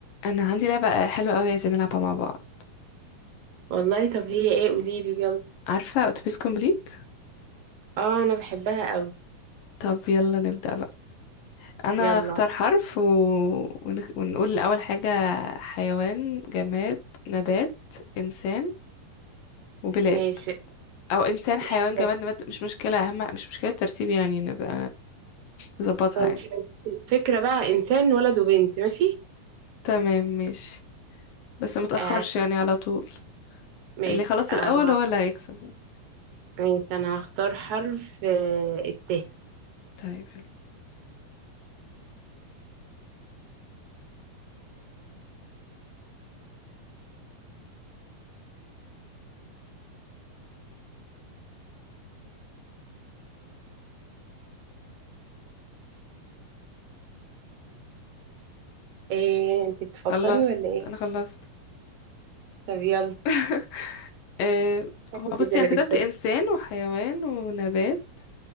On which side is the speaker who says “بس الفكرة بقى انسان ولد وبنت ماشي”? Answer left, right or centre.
Right